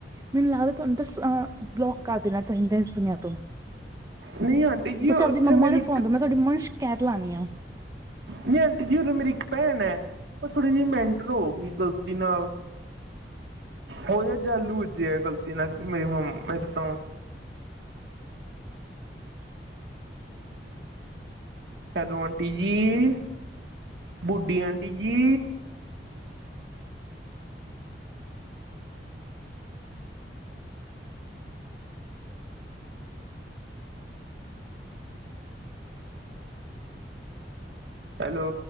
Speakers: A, on the right; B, on the right.
A: ਮੈਨੂੰ ਲੱਗਦਾ ਤੁਹਾਨੂੰ ਤਾਂ ਬਲੋਕ ਕਰ ਦੇਣਾ ਚਾਹੀਦਾ ਇਸ ਦੁਨੀਆਂ ਤੋਂ
B: ਨਹੀਂ ਆਂਟੀ ਜੀ
A: ਤੁਸੀਂ
B: ਉੱਥੇ
A: ਆਪਦੀ ਮੰਮਾ
B: ਮੇਰੀ
A: ਨੂੰ ਫੋਨ ਮੈਂ ਤੁਹਾਡੀ ਮਮਾਂ ਨੂੰ ਸ਼ਿਕਾਇਤ ਲਗਾਨੀ ਏ
B: ਨਹੀਂ ਆਂਟੀ ਜੀ ਉ ਮੇਰੀ ਇੱਕ ਭੈਣ ਏ ਉਹ ਥੋੜ੍ਹੀ ਜਿਹੀ ਮੈਂਟ ਹੋਗੀ ਗ਼ਲਤੀ ਨਾਲ ਹੋ ਯਾਰ ਜਾਲੂਜੇ ਆ ਗ਼ਲਤੀ ਨਾ ਮੇਰੀ ਮੰ ਮੇਰੇ ਤੋਂ ਹੈਲੋ ਆਂਟੀ ਜੀ ਬੁੱਢੀ ਆਂਟੀ ਜੀ ਹੈਲੋ